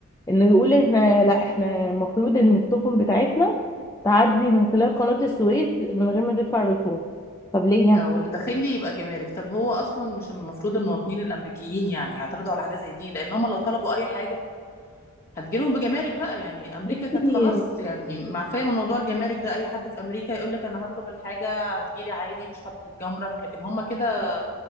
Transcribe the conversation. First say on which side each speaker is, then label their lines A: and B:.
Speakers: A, on the left; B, on the left.
A: انه يقول احنا لا احنا المفروض ان السفن بتاعتنا تعدي من خلال قناة السويس من غير ما تدفع رسوم طب ليه
B: او اللي داخل لي يبقى جمارك طب هو اصلا مش المفروض المواطنين الامريكيين يعني يعترضوا على حاجه زي دي لان هم لو طلبوا اي حاجه هتجيلهم بجمارك بقى يعني امريكا
A: بصي
B: كانت خلاص يعني معفيه من موضوع الجمارك ده اي حد في امريكا يقول لك انا هطلب الحاجه هتجيلي عادي مش هتتجمرك لكن هم كده